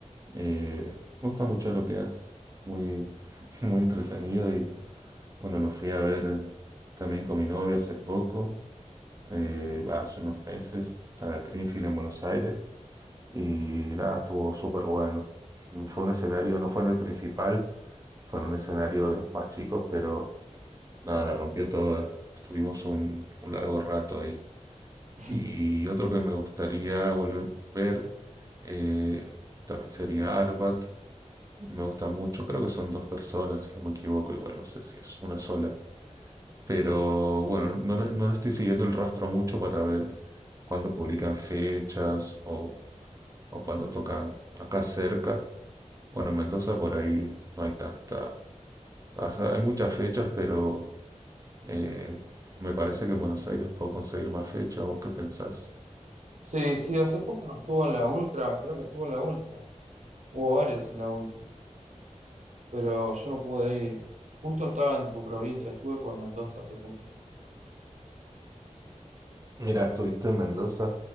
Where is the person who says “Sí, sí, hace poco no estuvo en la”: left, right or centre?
Right